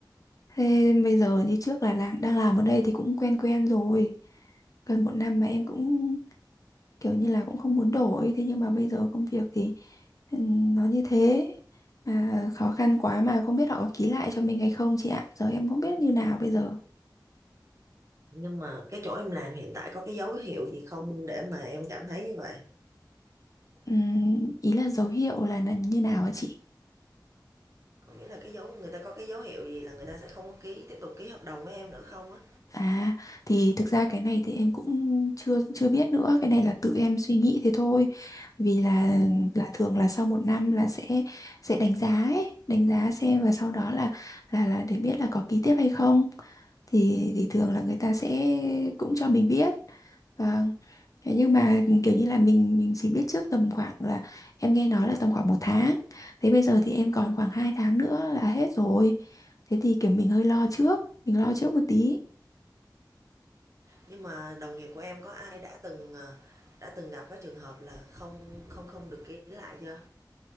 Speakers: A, on the left; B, on the right.
A: Thế bây giờ như trước là làm, đang làm ở đây thì cũng quen quen rồi. Gần một năm mà em cũng kiểu như là cũng không muốn đổi. Thế nhưng mà bây giờ công việc thì ừm, nó như thế. Mà khó khăn quá mà không biết họ có ký lại cho mình hay không chị ạ. Giờ em không biết như nào bây giờ.
B: Nhưng mà cái chỗ em làm hiện tại có cái dấu hiệu gì không để mà em cảm thấy như vậy?
A: Ừm, ý là dấu hiệu là, là như nào hả chị?
B: Có nghĩa là cái dấu người ta có cái dấu hiệu gì là người ta sẽ không có ký tiếp tục ký hợp đồng với em nữa không á?
A: À thì thực ra cái này thì em cũng chưa chưa biết nữa, cái này là tự em suy nghĩ thế thôi. Vì là là thường là sau một năm là sẽ sẽ đánh giá ấy, đánh giá xem và sau đó là là là để biết là có ký tiếp hay không. Thì thì thường là người ta sẽ cũng cho mình biết. Vâng. Thế nhưng mà kiểu như là mình mình chỉ biết trước tầm khoảng là em nghe nói là tầm khoảng một tháng. Thế bây giờ thì em còn khoảng 2 tháng nữa là hết rồi. Thế thì kiểu mình hơi lo trước, mình lo trước một tí.
B: Nhưng mà đồng nghiệp của em có ai đã từng ờ, đã từng gặp cái trường hợp là không không không được ký lại chưa?